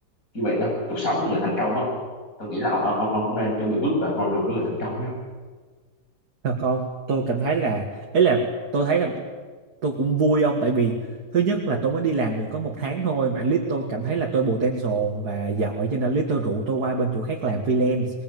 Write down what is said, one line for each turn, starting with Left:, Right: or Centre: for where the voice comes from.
Left: như vậy không cuộc sống của người thành công không tôi nghĩ là ông, ông, ông cũng nên chuẩn bị bước vào con đường của người thành công đấy không
Right: thật không tôi cảm thấy là ấy là tôi thấy là tôi cũng vui ông tại vì thứ nhất là tôi mới đi làm được có một tháng thôi mà anh lít tôi cảm thấy là tôi potential và giỏi cho nên anh lít tôi rủ tôi qua bên chỗ khác làm freelance